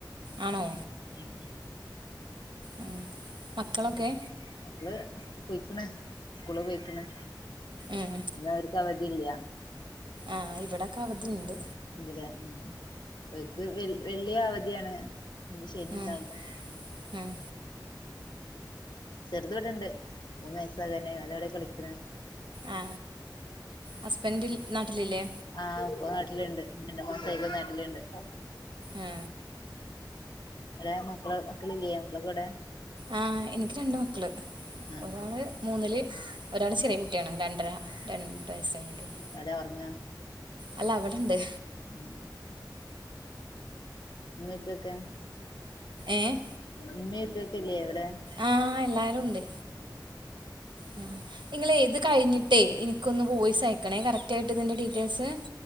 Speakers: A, on the right (about 85°); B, on the left (about 70°).
A: ആണോ
B: ഉം
A: ഉം മക്കളൊക്കെ
B: ഉം മക്കള് പോയിക്ക്ണ് സ്കൂള് പോയിക്ക്ണ്
A: ഉം
B: ഇന്ന അവർക്ക് അവധില്ല
A: ആഹ് ഇവടൊക്കെ അവധിണ്ട്
B: ഇതില് ഉം ഓര്ക്ക് വെൽ വെള്ളി അവധിയാണ് ശനി ഇണ്ടാകും
A: ഉം ഉം
B: ഉം ചെറ്ത് വിടണ്ട് മൂന്ന് വയസാകനെ അത <unintelligible> കളിക്ക്ണ്
A: ആ ഹസ്ബൻഡ് നാട്ടിലില്ലേ
B: ആഹ് <unintelligible> പ്പ ല്ണ്ട് രണ്ട് മാസ <unintelligible> നാട്ടില്ണ്ട്
A: ആ
B: ലെ മക്കള് മക്കളില്ലേ മക്കളക്കൊഊ ടെ
A: ആഹ് എനിക്ക് രണ്ട് മക്കള്
B: ആഹ്
A: ഒരാള് മൂന്നില് ഒരാൾ ചെറിയ കുട്ട്യാണ് രണ്ടര രണ്ട് വയസ്സ് കഴിഞ്ഞിട്ടുള്ളൂ
B: എവ്ടാ ഒറ്ങ്ങാ
A: അല്ല അവിടെണ്ട്
B: ഉം ഉം ഉമ്മി പ്യക്കെ
A: ഏ
B: ഉമ്മീ പ്പ ക്ക്യല്ലെവടെ
A: ആഹ് എല്ലാരും ഉണ്ട് ആ നിങ്ങളേ ഇത് കഴിഞ്ഞിട്ടേ എനിക്കൊന്ന് വോയിസ്‌ അയക്കണേ കറക്റ്റ് ആയിട്ട് ഇതിന്റെ ഡീറ്റെയിൽസ് ഇതിന്റെ ഡീറ്റെയിൽസ്